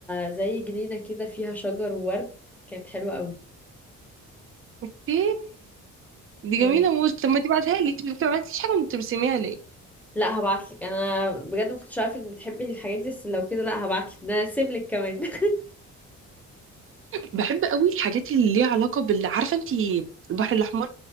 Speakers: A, in the centre; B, on the right.
A: زي جنينة كده فيها شجر وورد كانت حلوة قوي
B: اوكي دي جميله
A: اه
B: موت طب ما تبعتها لي انت ما بتبعتليش حاجه وانت بترسميها ليه
A: لا هبعتلك انا بجد ما كنتش عارفة انك بتحبي الحاجات دي بس لو كده لا هبعتلك ده انا هرسملك كمان <laughs>
B: بحب قوي الحاجات اللي ليها علاقه بال عارفه انت البحر الاحمر